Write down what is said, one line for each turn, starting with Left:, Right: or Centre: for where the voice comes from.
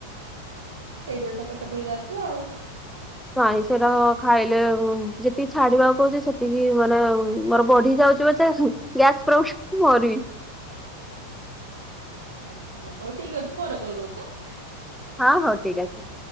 Right: ସେଇତିରେ ତ ପେଟ ପୁରି ଯାଉଥିବ ଆଉ
Centre: ନାଇଁ ସେଟା ଖାଇଲେ ଯେତିକି ଛାଡିବାକୁ କହୁଚି ସେତିକି ମାନେ ମୋର ବଢି ଯାଉଛି ପଛେ ଗ୍ୟାସ୍ ପ୍ରୋବ୍ଲେମ୍ ମୋରି
Right: ଆଛା ହ ହଉ ଠିକ୍ ଅଛି ପରେ କଲ୍ କରୁଚି ହାଁ
Centre: ହଁ ହଉ ଠିକ ଅଛି।